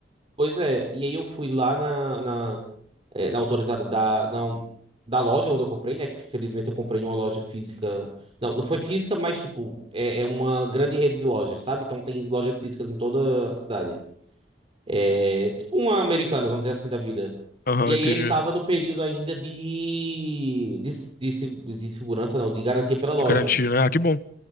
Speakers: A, on the right; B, on the left.
A: Pois é, e aí eu fui lá na, na, eh, na autorizada da, não, da loja onde eu comprei, né? Que felizmente eu comprei numa loja física. Não, não foi física, mas tipo, é, é uma grande rede de lojas, sabe? Então tem lojas físicas em toda a cidade. É, tipo uma Americanas, vamos dizer assim, da vida.
B: Aham,
A: E aí
B: entendi.
A: ele tava no período ainda de, de, de, se- de segurança, não, de garantia pela loja.
B: De garantia, né? Ah, que bom.